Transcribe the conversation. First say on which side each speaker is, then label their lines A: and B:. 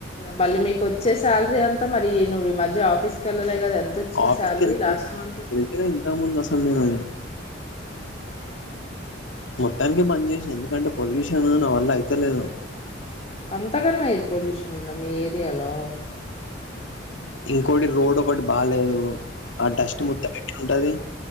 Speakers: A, on the left; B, on the left.
A: మళ్ళీ మీకు వచ్చే శాలరీ అంతా మరి నువ్వు ఈ మధ్య ఆఫీస్ కి వెళ్ళలే కదా ఎంతొచ్చింది
B: ఆఫీస్కి
A: శాలరీ
B: వెళ్తే
A: లాస్ట్ మంత్
B: వెళ్తే ఇంత ముందు అసలు నేను మొత్తానికి బంచెస్ ఎందుకంటే పొల్యూషన్ నా వల్ల అయితలేదు
A: అంతగనం ఎయిర్ పొల్యూషన్ ఉందా మీ ఏరియాలో
B: ఇంకోటి రోడ్ ఒకటి బాలేదు ఆ డస్ట్ మొత్తం ఎట్లా ఉంటది